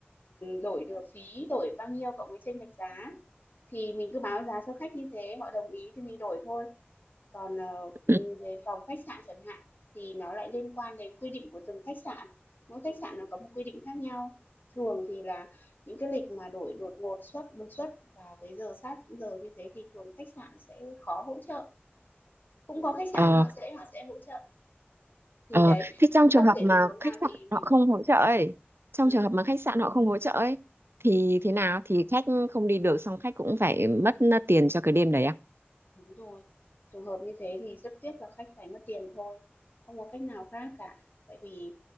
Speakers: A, on the left; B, on the right.
A: đổi được phí, đổi bao nhiêu cộng với chênh lệch giá. Thì mình cứ báo giá cho khách như thế, họ đồng ý thì mình đổi thôi. Còn, ờ, ừ,
B: ừ.
A: về phòng khách sạn chẳng hạn, thì nó lại liên quan đến quy định của từng khách sạn, mỗi khách sạn nó có một quy định khác nhau. Thường thì là những cái lịch mà đổi đột ngột xuất đột xuất vào cái giờ sát giờ như thế thì thường khách sạn sẽ khó hỗ trợ. Cũng có khách sạn
B: ờ
A: họ sẽ họ sẽ hỗ trợ, thì
B: ờ
A: đấy,
B: thế trong trường
A: bất
B: hợp
A: kể
B: mà
A: tình huống nào
B: khách sạn
A: thì mình
B: họ không
A: cũng
B: hỗ trợ ấy trong
A: ừm.
B: trường hợp mà khách sạn họ không hỗ trợ ấy thì thế nào thì khách không đi được xong khách cũng phải mất ờ, tiền cho cái đêm đấy à
A: Đúng rồi. Trường hợp như thế thì rất tiếc là khách phải mất tiền thôi, không có cách nào khác cả. Tại vì